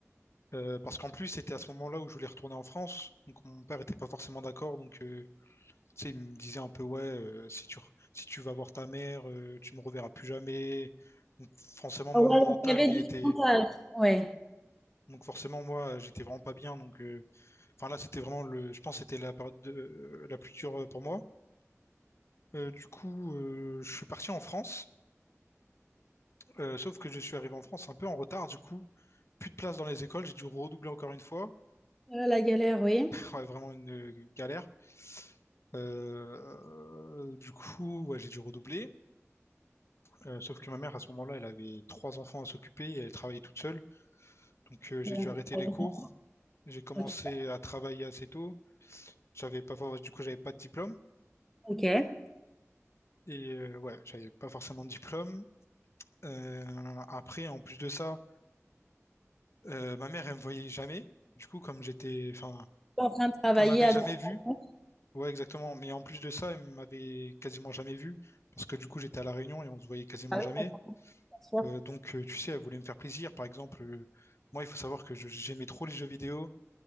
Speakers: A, on the left; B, in the centre.
A: Euh, parce qu'en plus, c'était à ce moment-là où je voulais retourner en France. Donc mon père était pas forcément d'accord. Donc euh, tu sais, il me disait un peu, ouais, euh, si tu, re- si tu vas voir ta mère, euh, tu me reverras plus jamais. Donc forcément, moi,
B: Ouais,
A: mon mental,
B: donc il y avait
A: il
B: du
A: était...
B: frontal. Ouais.
A: Donc forcément, moi, j'étais vraiment pas bien. Donc euh, enfin là, c'était vraiment le... Je pense que c'était la période de- euh, la plus dure euh, pour moi. Euh, du coup, euh, je suis parti en France. Euh, sauf que je suis arrivé en France un peu en retard. Du coup, plus de place dans les écoles. J'ai dû redoubler encore une fois.
B: Euh, la galère, oui.
A: Ouais, vraiment une euh, galère. Euh, du coup, ouais, j'ai dû redoubler. Euh, sauf que ma mère, à ce moment-là, elle avait trois enfants à s'occuper et elle travaillait toute seule. Donc, euh, j'ai
B: Ouais.
A: dû arrêter les cours. J'ai commencé
B: OK.
A: à travailler assez tôt. J'avais pas, for- du coup, j'avais pas de diplôme.
B: OK.
A: Et euh, ouais, j'avais pas forcément de diplôme. Euh, après, en plus de ça, euh, ma mère, elle me voyait jamais. Du coup, comme j'étais, enfin,
B: en train de travailler
A: elle m'avait
B: à
A: jamais
B: droite
A: vu.
B: à gauche.
A: Ouais, exactement. Mais en plus de ça, il m'avait quasiment jamais vu parce que du coup, j'étais à La Réunion et on se voyait quasiment
B: Ah oui,
A: jamais.
B: d'accord, bien sûr.
A: Euh, donc, euh, tu sais, elle voulait me faire plaisir. Par exemple, euh, moi, il faut savoir que je- j'aimais trop les jeux vidéo.